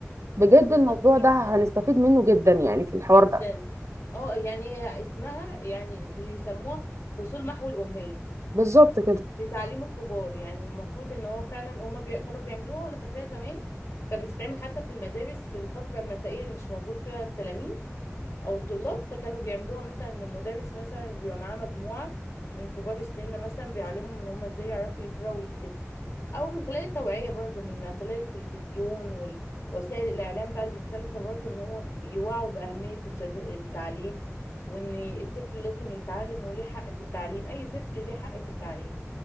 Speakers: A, on the right (about 65°); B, on the left (about 65°).
A: بجد
B: بالظبط
A: الموضوع
B: جدا
A: ده هنستفيد منه جدا يعني في الحوار
B: جدا
A: ده
B: اه يعني هي اسمها يعني بيسموها فصول محو الأمية
A: بالظبط كده
B: لتعليم الكبار يعني المفروض ان هو فعلا هما بي... كانوا بيعملوها وانا فاكراها زمان كانت بتتعمل حتى في المدارس في الفترة المسائية اللي مش موجود فيها التلاميذ او الطلاب فكانوا بيعملوها مثلا ان المدرس مثلا بيبقى معاه مجموعه من كبار السن مثلا بيعلمهم ان هم ازاي يعرفوا يقراوا ويكتبوا او من خلال التوعيه برضو من خلال التلفزيون ووسائل الاعلام بقى المختلفه برضو ان هو بيوعوا باهميه التد- التعليم وان الطفل لازم يتعلم وليه حق في التعليم اي طفل ليه حق في التعليم